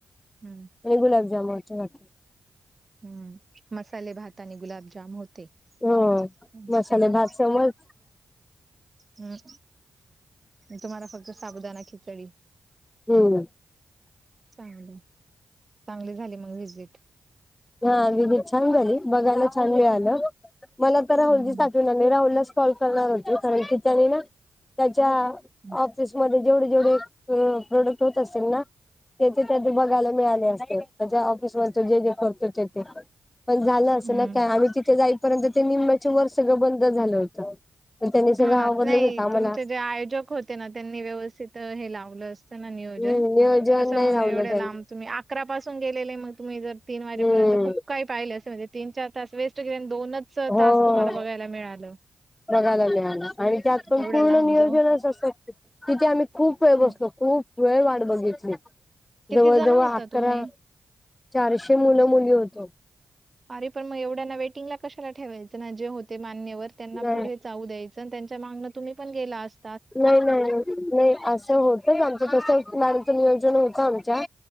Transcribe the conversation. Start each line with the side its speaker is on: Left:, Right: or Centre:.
Right: हम्म
Left: एक गुलाब जामुनची वाटी
Right: हम्म, मसाले भात आणि गुलाबजाम होते.
Left: हो,
Right: असं.
Left: मसाले भात समज
Right: हंअ, तुम्हाला फक्त साबुदाना खिचडी?
Left: हम्म.
Right: चांगलंय, चांगली झाली मग व्हिजिट?
Left: हा, विजिट छान झाली. बघायला छान मिळालं. मला तर राहुलजीच
Right: हम्म
Left: आठवण आली राहुललाच कॉल करणार होते कारण की त्यानी ना, त्याच्या
Right: हम्म
Left: ऑफिसमध्ये जेवढे जेवढे ते प्रॉडक्ट होत असतील ना? तेचे त्यात बघायला मिळाले असते. त्याच्या ऑफिस मध्ये तो जे जे करतो ते, ते, पण झालं असं
Right: हम्म
Left: ना आम्ही तिथे जाई पर्यंत ते निम्म्याच्या वर सगळं बंद झालं होतं. पण त्यांनी सगळं
Right: हो ना
Left: आवरलंच
Right: नाही,
Left: होतं आम्हाला
Right: तुमचे जे आयोजक होते ना, त्यांनी व्यवस्थित हे लावलं अस तन ना नियोजन
Left: हम्म नियोजन
Right: कसं
Left: नाही
Right: मंग
Left: रावलं
Right: एवढ्या
Left: त्यांनी.
Right: लांब तुम्ही अकरापसून गेलेले, मग तुम्ही जर तीन वाजेपर्यंत
Left: हम्म
Right: खूप काही पाहिले असं म्हणजे तीन चार तास वेस्ट गेले. न दोनच
Left: हो.
Right: तास तुम्हाला बघायला मिळालं.
Left: बघायला मिळाल. आणि त्यात पण
Right: एवढं
Left: पूर्ण
Right: लांब
Left: नियोजनच
Right: जाऊन
Left: असय तिथे आम्ही खूप वेळ
Right: हं.
Left: बसलो. खूप वेळ वाट बघितली.
Right: किती
Left: जवळजवळ
Right: जण होता
Left: अकरा,
Right: तुम्ही
Left: चारशे मुलं मुली होतो.
Right: अरे पण मग एवढ्यांना वेटिंग ला कशाला ठेवायचं ना, जे होते मान्यवर त्यांना
Left: नाही
Right: पुढे जाऊ द्यायचं. अनं त्यांच्या मागणं तुम्ही पण गेला अस
Left: नाय, नाय, नाय, असं होतच आमचं तस, गाडीच नियोजन होतं आमच्या